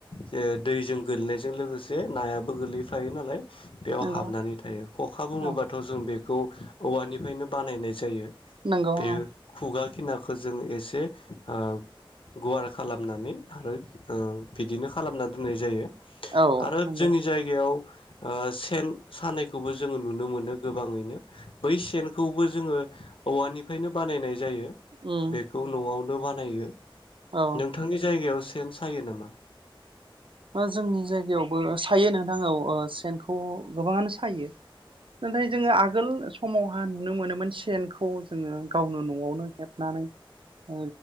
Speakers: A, on the left; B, on the right.
A: जे दैजों गोलैनायजों लोगोसे नायाबो गोलैफायो नालाय बेयाव
B: नंगौ
A: हाबनानै थायो खखा बुङोबाथ
B: औ
A: जों बे खौ औवानिफ्रायनो बानायनाय जायो
B: नंगौ
A: बे
B: औ
A: खुगा खिनाखौ जों एसे ओ गुवार खालामनानै आरो ओ बिदिनो खालामना दोननाय जायो
B: औ
A: आरो
B: नंगौ
A: जोंनि जायगायाव ओ सेन सानायखौबो जोङो नुनो मोनो गोबाङैनो बै सेन खौबो जोङो औवानिफ्रायनो बानायनाय जायो
B: उम
A: बेखौ नआव बो बानायो
B: औ
A: नोंथांनि जायगायाव से सेन सायो नामा
B: ओ जोंनि जायगायावबो सायो नोंथां औ ओ सेनखौ गोबाङानो सायो नाथाय जोङो आगोल समावहा नुनो मोनोमोन सेनखौ जोङो गावनो नआवनो हेबनानै ओ